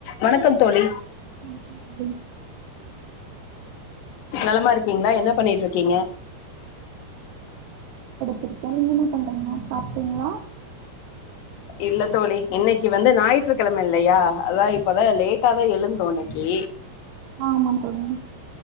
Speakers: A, on the left; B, on the right.
A: வணக்கம் தோழி
B: வணக்கம் தோழி
A: நலமா இருக்கீங்களா என்ன பண்ணிட்ருக்கீங்க
B: குடிக்காம என்ன பண்றீங்கன்னா சாப்ட்டீங்களா
A: இல்ல தோழி இன்னைக்கு வந்து ஞாயிற்றுக்கிழமை இல்லையா அதா இப்பதா லேட்டாதா எழுந்தோ இன்னைக்கு
B: ஆமாங் தோழி